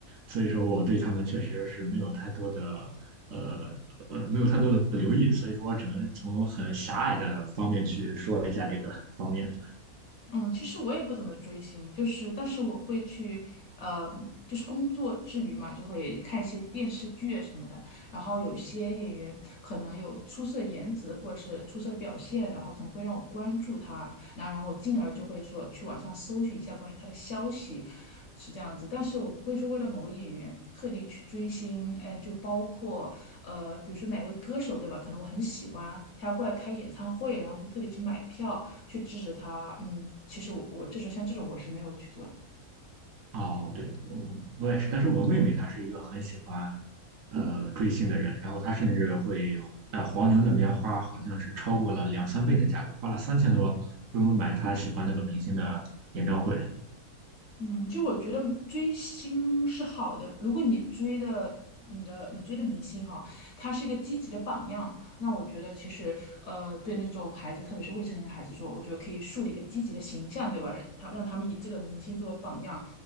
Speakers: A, on the right; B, on the left.
A: 所以说我对他们确实是没有太多的，呃呃，没有太多的留意，所以说我只能从很狭隘的方面去说一下这个方面。
B: 嗯，其实我也不怎么追星，就是但是我会去，呃，就是工作之余嘛，就会看一些电视剧啊什么的。然后有些演员可能有出色的颜值或者是出色的表现，然后可能会让我关注他，然后然后我进而就会说去网上搜寻一下关于他的消息，是这样子。但是我不会说为了某个演员特地去追星，哎，就包括呃，比如说哪位歌手对吧？可能我很喜欢，他要过来开演唱会，然后会特地去买票。去制止他，嗯，其实我我这种像这种我是没有去做的。
A: 哦，对，我我也是，但是我妹妹她是一个很喜欢，呃，追星的人，然后她甚至会在黄牛那边花，好像是超过了两三倍的价格，花了三千多，专门买她喜欢那个明星的演唱会。
B: 嗯，就我觉得追星是好的，如果你追的你的你追的明星哈，他是一个积极的榜样，那我觉得其实呃对那种孩子，特别是未成年的孩子说，我觉得可以树立一个积极的形象，对吧？让他让他们以这个明星作为榜样，